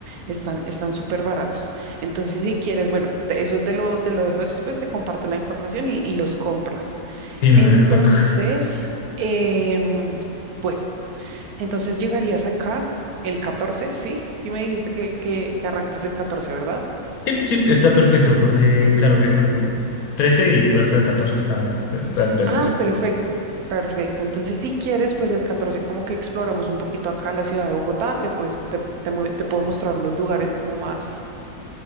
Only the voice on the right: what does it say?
Están, están súper baratos. Entonces, si quieres, bueno, te- eso te lo, te lo dejo después, te comparto la información y, y los compras.
Entonces,
em, bueno, entonces llegarías acá el 14, ¿sí? Sí me dijiste que, que, que arrancas el 14, ¿verdad?
Ah,
perfecto, perfecto. Entonces, si quieres, pues el 14 como que exploramos un poquito acá la ciudad de Bogotá, te, pues, te, te, mu- te puedo mostrar los lugares como más,